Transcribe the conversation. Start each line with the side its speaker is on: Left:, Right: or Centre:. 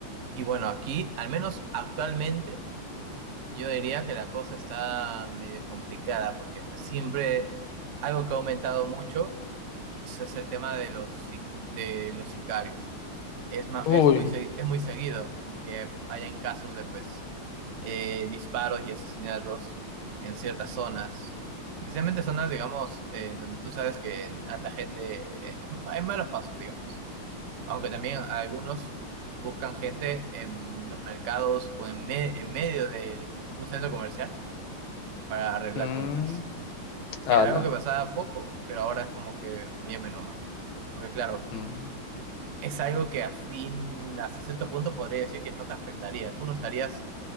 Right: Y bueno, aquí, al menos actualmente, yo diría que la cosa está medio complicada, porque pues siempre algo que ha aumentado mucho Ese es el tema de los, si- de los sicarios. Es, ma-
Left: Uy,
Right: es, muy, se- es muy seguido que hayan casos de pues eh, disparos y asesinatos en ciertas zonas, especialmente zonas, digamos, eh, donde tú sabes que anda gente en, en malos pasos, digamos. Aunque también algunos buscan gente en los mercados o en, me- en medio de un centro comercial para arreglar
Left: mm,
Right: cuentas.
Left: ala,
Right: Era algo que pasaba poco, pero ahora es como que muy a menudo. Porque claro,
Left: mm,
Right: es algo que a fin, hasta cierto punto podría decir que no te afectaría. Tú no estarías